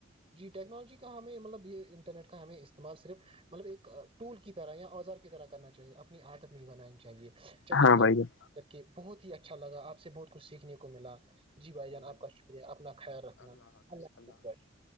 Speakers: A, on the right (about 30°); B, on the left (about 65°).
A: جی ٹیکنالوجی کا ہمیں مطلب یہ انٹرنیٹ کا ہمیں استعمال صرف مطلب ایک ٹول کی طرح یا اوزار کی طرح کرنا چاہیے اپنی عادت نہیں بنانی چاہیے چلے
B: ہاں بھائی
A: آپ
B: جان،
A: کر کے بہت ہی اچھا لگا آپ سے بہت کچھ سیکھنے کو ملا جی بھائی جان آپ کا شکریہ اپنا خیال رکھنا اللہ حافظ